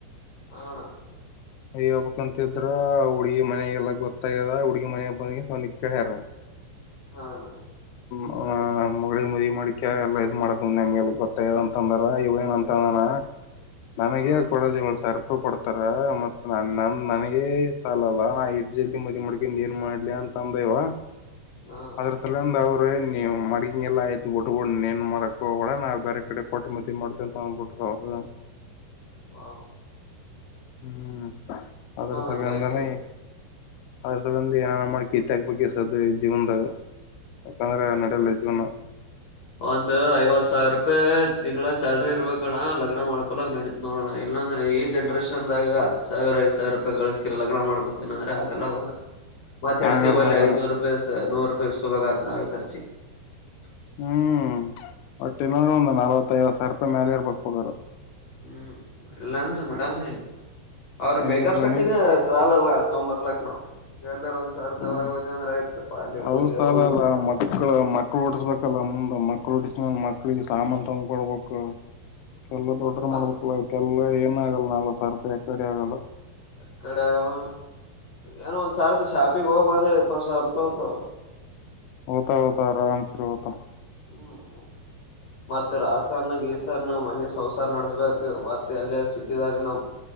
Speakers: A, on the left; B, on the left.
A: ಹಣ
B: ಅಯ್ಯಬಕ್ಂತಿದ್ರ ಹುಡ್ಗಿ ಮನಾಗಲ್ಲ ಗೊತ್ತಾಗದ ಹುಡ್ಗಿ ಮನ ಬಂದಗೆ <unintelligible>
A: ಆ ಅಣ್ಣ
B: <inaudible> ಮದಿ ಮಾಡಿಕಕ ಎಲ್ಲ ಇದ್ ಮಾಡಕ ನಮ್ಗೆಲ್ಲ ಗೊತ್ತಾಯದ ಅಂತ ಅಂದ್ರ ಇವ ಏನಂತ ನಾನ ನನಗೆ
A: ಹಾ ಅಣ್ಣ
B: ಕೊಡೋದ ಏಳು ಸಾವಿರ ಕೊಡ್ತಾರ ಮತ್ ನ ನ ನನಗೆ ಸಾಲ ಅಲ್ಲ ನಾ ಇಡ್ ಜಲ್ದಿ ಮದಿ ಮಾಡ್ಕೊಂಡ ಏನ್ ಮಾಡ್ಲಿ ಅಂತ ತಂದೆವಾ
A: ಹಾ
B: ಅದರ ಸಲಂದ ಅವರು ನೀವು ಮಡಗಿ ಎಲ್ಲ ಆಯ್ತು ಒಟ್ಬು ನೀ ಏನ್ ಮಾಡಕಕ್ ಹೋಗ ನಾವು ಬೇರೆ ಕಡೆ ಕೊಟ್ಟ ಮದ ಮಾಡತೇವಂತ ತಗಂದ್ಬಿಟ್ರಿ ಪ್ರಬ್ಲಮ್
A: ವಾ
B: ಹ್ಮ್ ಅದರ ಸಲ
A: ಹಂಗಾಗಿತ್ತದ
B: ಅಂದಾನ ಅದ ಸಬಂದು ಏನ ನ ಮಾಡ ಕೀತಾಕಬೇಕ ಕೆಸದ ಜೀವನದಾಗ ಮತ್ತಂದ್ರೆ ನಡಲ್ಲ ಜೀವನ
A: ಒಂದು ಐವತ್ತು ಸಾವಿರ ರೂಪಾಯಿ ತಿಂಗಳ ಸ್ಯಾಲ್ರಿ ಇರ್ಬೇಕಣ್ಣ ಲಗ್ನ ಮಾಡ್ಕೊಳಕ್ ನಡೀತ್ ನೋಡೋಣ ಇಲ್ಲಾಂದ್ರೆ ಈ ಜನ್ರೇಷನ್ದಾಗ ಸಾವಿ ಐದು ಸಾವಿ ರೂಪಾಯಿಗಳಸ್ಕಿ ಲಗ್ನ ಮಾಡ್ಕೋತೀನಿ ಅಂದ್ರ ಆಗಲ್ಲ ಹೋಗ ಮತ್ತತ್ ಹೆಂಡತಿ
B: ಆಗಲ್ಲ
A: ಬಲ್ಲಿ
B: ಆಗಲ್ಲ
A: ಐದು ರೂಪಾಯಿ ನೂರು <unintelligible>
B: ಹ್ಮ್ ಒಟ್ಟಿನ್ನಾದ್ರು ಒಂದು
A: ಹ್ಮ್
B: ನಲ್ವತ್ತ ಐವತ್ ಸಾವಿರ ರೂಪಾಯಿ ಮ್ಯಾಲರ್ ಪಕ್ಪಗರು
A: ಹ್ಮ್ ಇಲ್ಲಾಂದ್ರೆ ನಡಲ್ಲ ಈಗ ಅವ್ರ
B: ಹಂಗಿದ್ರನಿ
A: ಮೇಕಪ್ ಸೆಟ್ಟಗ ಸಾಲಲ್ಲ ೊಂಬರ್ಲಕ್ ನವು ಎಲ್ಲರ ಸಾವಿರ
B: ಹ್ಮ್
A: ತೋರಾಗ ಹೋದ್ವಿ ಅಂದ್ರೆ ಆಯ್ತು ಪಾನಿಪುರಿ
B: ಅವದ ಸಾಲ
A: ಅವು
B: ಅಲ್ಲ
A: ಇದು
B: ಮಕ್ಳ ಮಕ್ಳು ಹುತ್ಸಬೇಕಲ್ಲ ಮುಂದ ಮಕ್ ಮಕ್ಳಿಗೆ ಸಾಮಾನ್ ತಗ್ಕ ಕೊಡ್ಬೇಕು ಕೆಲ್ಲ
A: ಹ್ಮ್
B: ದೊಡ್ಡ್ರ
A: ಎಲ್ಲಪ್ಪ
B: ಮಾಡ್ಬೇಕಲ್ಲ ಆಗಲ್ಲ ನಕ್ಸವಿರ ಯಕಡೆ ಆಗಲ್ಲ
A: ಎಕ್ಕಡೆ ಆಗಲ ಏನೋ ಒಂದ್ ಸಾರ್ತಿ ಶಾಪಿಿಗೆ ಹೋಗ್ ಬಂದ್ರೆ ಇಪ್ಪತ್ತು ಸಾವಿರ ರೂಪಾಯಿ ಹತಾವ
B: ಹತಾ ಹೊತಾ ಆರಾಮ ಸ ಹತ
A: ಹ್ಮ್ ಮತ್ತ ರಾಸನ್ನ ಗೀಸನ್ನ ಮನಸ ಸಂಸಾರ ನಡೆಸ್ಬೇಕು ಮತ್ತೆ ಎಲ್ಲ ಸಿಟಿದಾಗ ನಾವ್